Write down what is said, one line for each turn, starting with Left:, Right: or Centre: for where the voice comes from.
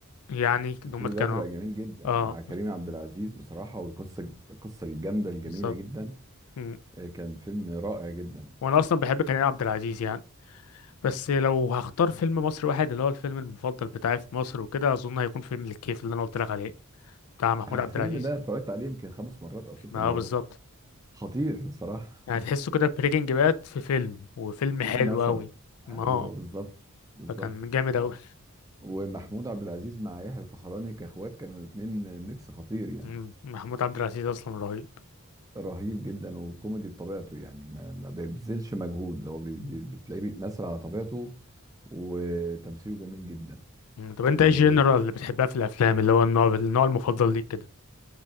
Left: يعني إن
Right: الفيل
Left: هم
Right: الأزرق
Left: كانوا
Right: جميل جدا
Left: اه
Right: مع كريم عبد العزيز بصراحة والقصة القصة الجامدة الجميلة
Left: بالظبط
Right: جدا
Left: مم.
Right: آه، كان فيلم رائع جدا
Left: وانا اصلا بحب كريم عبد العزيز يعني بس لو هختار فيلم مصري واحد اللي هو الفيلم المفضل بتاعي في مصر وكده اظن هيكون فيلم الكيف اللي انا قلت لك عليه بتاع محمود
Right: آه،
Left: عبد
Right: الفيلم
Left: العزيز
Right: ده اتفرجت عليه يمكن خمس مرات أو ست
Left: ما
Right: مرات
Left: هو بالظبط
Right: خطير بصراحة
Left: يعني تحسه كده بريكنج باد في فيلم وفيلم
Right: <laughs>
Left: حلو
Right: مثلا
Left: قوي ما
Right: أيوه
Left: هو
Right: بالظبط بالظبط
Left: فكان جامد قوي
Right: ومحمود عبد العزيز مع يحيى الفخراني كاخوات كانوا الاتنين ميكس خطير يعني
Left: مم. محمود عبد العزيز اصلا رهيب
Right: رهيب جدا وكوميدي بطبيعته يعني ما, ما بيبذلش مجهود هو بي-
Left: مم.
Right: بي- بتلاقيه بيتمثل على طبيعته وتمثيله جميل جدا
Left: مم. طب انت
Right: و...
Left: ايه الجنرال اللي بتحبها في الافلام اللي هو النوع النوع المفضل ليك كده